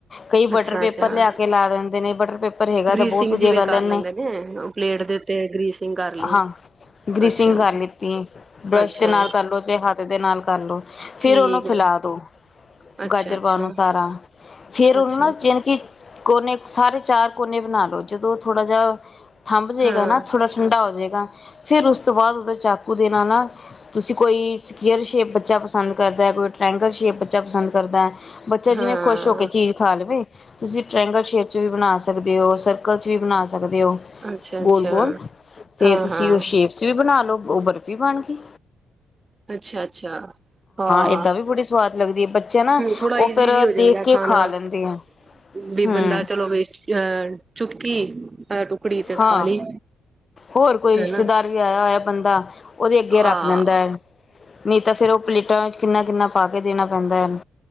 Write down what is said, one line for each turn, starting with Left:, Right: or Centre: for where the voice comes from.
Left: ਕਈ ਬਟਰ
Right: ਅੱਛਾ
Left: ਪੇਪਰ
Right: ਅੱਛਾ
Left: ਲਿਆ ਕੇ ਲਾ ਦਿੰਦੇ ਨੇ ਬਟਰ ਪੇਪਰ ਹੈਗਾ
Right: ਗ੍ਰੀਸਿੰਗ
Left: ਤਾਂ ਬਹੁਤ ਵਧੀਆ
Right: ਜਿਵੇਂ
Left: ਗੱਲ
Right: ਕਰ
Left: ਏ ਨ
Right: ਲੈਂਦੇ ਨੇ ਪਲੇਟ ਦੇ ਉੱਤੇ ਗ੍ਰੀਸਿੰਗ ਕਰ ਲਈ
Left: ਹਾਂ ਗ੍ਰਸਿੰਗ
Right: ਅੱਛਾ
Left: ਕਰ
Right: ਅੱਛਾ
Left: ਲਿੱਤੀ ਬਰੱਸ਼
Right: ਅੱਛਾ
Left: ਦੇ ਨਾਲ ਕਰ ਲੋ ਚਾਏ ਹੱਥ ਦੇ ਨਾਲ ਕਰ ਲੋ ਫੇਰ
Right: ਠੀਕ
Left: ਉਹਨੂੰ ਫੈਲਾ
Right: ਹੈ
Left: ਦੋ।
Right: ਅੱਛਾ
Left: ਗਾਜਰ
Right: ਅੱਛਾ
Left: ਪਾਨੂੰ ਸਾਰਾ। ਫੇਰ ਉਹੂੰ
Right: ਅੱਛਾ
Left: ਨਾ ਚਿਨਕੀ ਕੋਨੇ ਸਾਰੇ ਚਾਰ ਕੋਨੇ ਬਣਾ ਲਓ ਜਦੋਂ ਥੋੜ੍ਹਾ ਜਿਹਾ ਥੰਬ ਜਾਏਗਾ
Right: ਹਾਂ
Left: ਨਾ ਥੋੜਾ ਹੋ ਜੇਗਾ ਫਿਰ ਉਸ ਤੋਂ ਬਾਅਦ ਉਦੇ ਚਾਕੂ ਦੇ ਨਾਲ ਨਾ ਤੁਸੀਂ ਕੋਈ ਸਕੀਅਰ ਸ਼ੇਪ ਬੱਚਾ ਪਸੰਦ ਕਰਦਾ ਕੋਈ ਟ੍ਰੈਂਗਲ ਸ਼ੇਪ ਬੱਚਾ ਪਸੰਦ ਕਰਦਾ ਐ। ਬੱਚਾ ਜਿਵੇਂ
Right: ਹਾਂ
Left: ਖੁਸ਼ ਹੋ ਕੇ ਚੀਜ਼ ਖਾ ਲਵੇ। ਤੁਸੀਂ ਟ੍ਰੈਂਗਲ ਸ਼ੇਪ ਚ ਵੀ ਬਣਾ ਸਕਦੇ ਹੋ, ਸਰਕਲ ਚ ਵੀ ਬਣਾ ਸਕ ਸਕਦੇ ਹੋ।
Right: ਅੱਛਾ
Left: ਗੋਲ
Right: ਅੱਛਾ
Left: -ਗੋਲ ਤੇ
Right: ਹਾਂ
Left: ਤੁਸੀਂ
Right: ਹਾਂ
Left: ਉਹ ਸ਼ੇਪਸ ਵੀ ਬਣਾ ਲਓ। ਉਹ ਬਰਫ਼ੀ ਬਣ ਗੀ।
Right: ਅੱਛਾ- ਅੱਛਾ ਹਾਂ,
Left: ਏਦਾਂ ਵੀ ਬੜੀ ਸਵਾਦ ਲੱਗਦੀ ਹੈ ਬੱਚੇ ਨਾ
Right: ਥੋੜਾ
Left: ਉਹ
Right: ਈਜੀ
Left: ਫੇਰ
Right: ਵੀ ਹੋ ਜਾਂਦਾ
Left: ਦੇਖ ਕੇ
Right: ਖਾਣਾ।
Left: ਖਾ ਲੈਂਦੇ ਆ
Right: ਵੀ
Left: ਹਮ
Right: ਬੰਦਾ ਚਲੋ ਵੀ ਅਹ ਚੁੱਕੀ। ਅ ਟੁਕੜੀ ਤੇ
Left: ਹਾਂ,
Right: ਖਾ ਲਈ
Left: ਹੋਰ ਕੋਈ ਰਿਸ਼ਤੇਦਾਰ
Right: ਹਨਾ
Left: ਵੀ ਆਇਆ ਹੋਇਆ ਬੰਦਾ ਉਹਦੇ ਅੱਗੇ ਰੱਖ
Right: ਆਹ
Left: ਲੈਂਦਾ ਹੈ। ਨਹੀਂ ਤਾਂ ਫੇਰ ਉਹ ਪਲੇਟਾਂ ਵਿੱਚ ਕਿੰਨਾ- ਕਿੰਨਾ ਪਾ ਕੇ ਦੇਣਾ ਪੈਂਦਾ। ਹੈਨ,